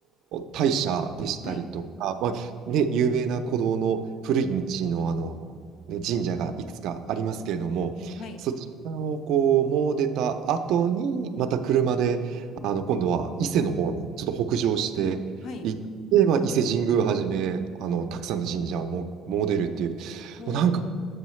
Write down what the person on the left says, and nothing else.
はい。
はい。
はい。
おー。